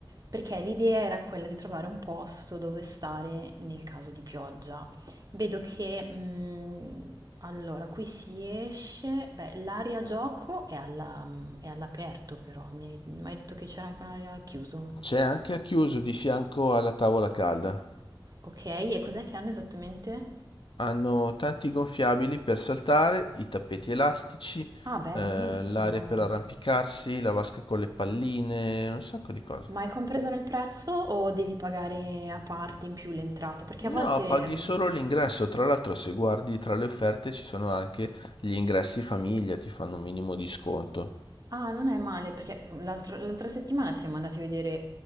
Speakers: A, on the right (about 45°); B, on the left (about 70°).
A: Perché l'idea era quella di trovare un posto dove stare nel caso di pioggia. Vedo che, mhmm, allora qui si esce, beh l'area gioco è alla mhmm, è all'aperto però, mi hai m'hai detto che c'era anche un'area al chiuso.
B: C'è anche a chiuso di fianco alla tavola calda.
A: Okay, e cos'è che hanno esattamente?
B: Hanno tanti gonfiabili per saltare, i tappeti elastici, eh,
A: Ah, bellissimo.
B: l'area per arrampicarsi, la vasca con le palline, un sacco di cose.
A: Ma è compreso nel prezzo o devi pagare a parte in più l'entrata? Perché a volte...
B: No, paghi
A: mh,
B: solo l'ingresso. Tra l'altro, se guardi tra le offerte ci sono anche gli ingressi famiglia, ti fanno un minimo di sconto.
A: Ah, non è male, perché l'altro- l'altra settimana siamo andati a vedere